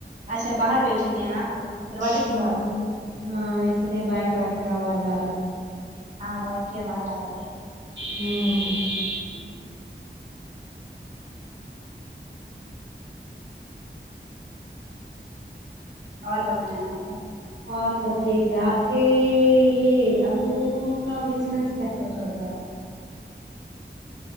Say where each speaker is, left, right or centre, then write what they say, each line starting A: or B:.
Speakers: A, on the right; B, on the right.
A: اچھا باہر بیٹھی ہیں آپ دروازے کے
B: ہاں
A: پاس
B: ہاں اس لیے بائک وائک کا آواز آ رہا ہے
A: ہاں بائیک کی آواز آ رہی ہے
B: ہوں
A: اور بتائیں آپ
B: اور سب ٹھیک ہے آپ کے یہ ابو کا بجنس کیسا چل رہا ہے